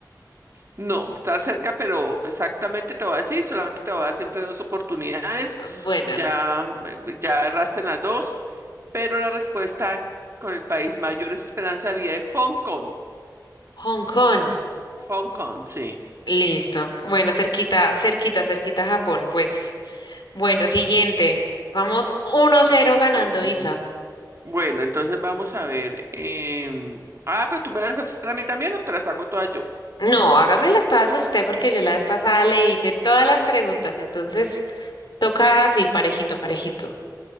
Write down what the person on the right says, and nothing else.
No, está cerca, pero exactamente te voy a decir, solamente te voy a dar siempre dos oportunidades,
ya, eh, eh, ya erraste en las dos, pero la respuesta con el país mayor esperanza de vida es Hong Kong.
Hong Kong, sí.
Mm,
Bueno, entonces vamos a ver. em, Ah, pero tú me vas a hacer a mí también o te las hago todas yo.